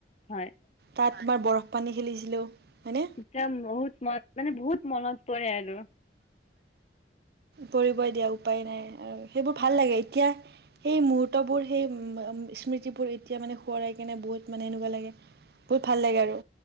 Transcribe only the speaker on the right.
তাত তোমাৰ বৰফ পানী খেলিছিলোঁ। হয়নে
পৰিবই দিয়া উপায় নাই আৰু সেইবোৰ ভাল লাগে এতিয়া সেই মহূৰ্তবোৰ সেই স্মৃতিবোৰ এতিয়া মানে সোঁৱৰাই কেনে বহুত মানে এনেকুৱা লাগে বহুত ভাল লাগে আৰু